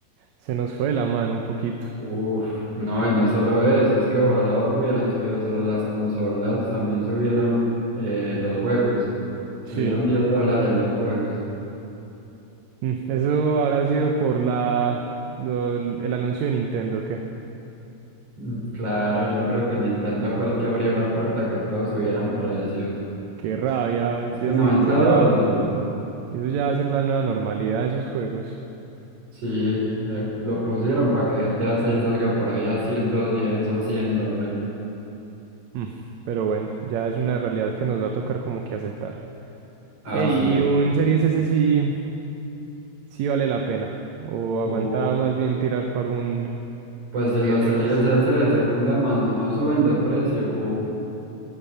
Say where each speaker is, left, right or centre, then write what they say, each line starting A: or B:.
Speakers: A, on the right; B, on the right.
A: Se nos fue de la mano un poquito.
B: Uf, no, y no solo eso, es que ojalá hubieran subido solo las consolas, también subieron eh, los juegos, subieron
A: Sí,
B: 10 dólares los juegos.
A: Mm, eso habrá sido por la lo- el anuncio de Nintendo, que
B: Mm, Claro, yo creo que Nintendo fue el que abrió la puerta a que todos subieran precios.
A: qué rabia. Eso
B: Es que 90
A: eso ya,
B: dólares,
A: eso ya va a ser la nueva normalidad de esos juegos.
B: sí, eh, lo pusieron para que GTA seis salga por ahí a 110 o 100 dólares.
A: Mm, Pero bueno, ya es una realidad que nos va a tocar como que aceptar.
B: Ah,
A: Ey,
B: sí.
A: y un Series S sí. sí vale la pena. O aguantaba
B: Uh,
A: más bien tirar para un
B: pues si
A: 10X.
B: los series S de segunda mano no suben de precio,